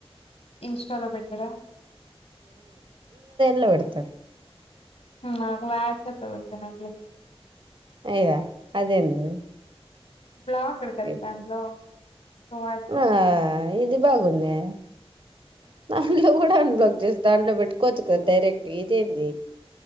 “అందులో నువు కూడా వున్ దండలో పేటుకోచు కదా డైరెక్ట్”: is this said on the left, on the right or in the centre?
Right